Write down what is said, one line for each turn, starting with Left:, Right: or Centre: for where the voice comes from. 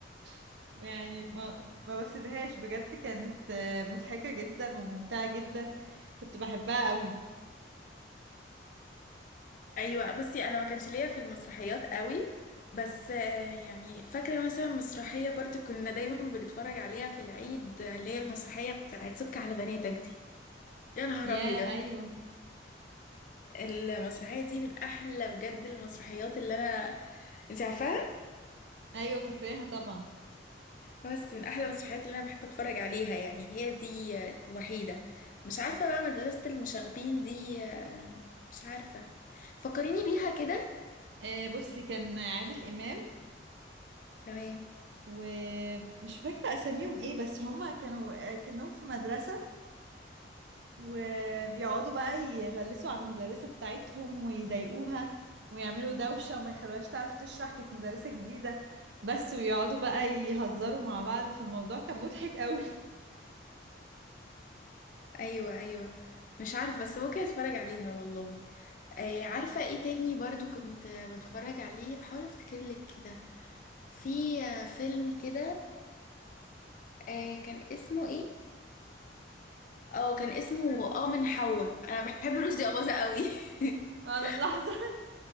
Right: <laughs> يعني ما ما بسيبهاش بجد كانت آه، مضحكة جدا وممتعة جدا كنت بحبها قوي
Left: ايوه بصي انا ما كانش ليا في المسرحيات قوي بس آه، يعني فاكره مثلا مسرحيه برضو كنا دايما بنتفرج عليها في العيد آه، اللي هي المسرحيه بتاعت سك على بناتك دي يا نهار
Right: ياه
Left: ابيض
Right: ايوه
Left: المسرحيه دي من احلى بجد المسرحيات اللي انا انت عارفاها
Right: ايوه فاكراها طبعا
Left: بس من احلى المسرحيات اللي انا بحب اتفرج عليها يعني هي دي آه، الوحيده مش عارفه بقى مدرسه المشاغبين دي آه، مش عارفه فكريني بيها كده
Right: آه، بصي كان عادل إمام
Left: تمام
Right: ومش فاكرة أساميهم إيه بس هما كانوا كأنهم في مدرسة وبيقعدوا بقى يغلسوا على المدرسة بتاعتهم ويضايقوها ويعملوا دوشة وما يخلوهاش تعرف تشرح كانت مدرسة جديدة بس ويقعدوا بقى يهزروا مع بعض فالموضوع كان مضحك قوي <laughs>
Left: ايوه ايوه مش عارفه بس ممكن اتفرج عليها والله آه عارفه ايه تاني برضو كنت آه، بتفرج عليه بحاول افتكر لك كده في آه، فيلم كده آه كان اسمه ايه اه كان اسمه اه من حواء انا بحب رشدي اباظة قوي <laughs>
Right: أنا ملاحظة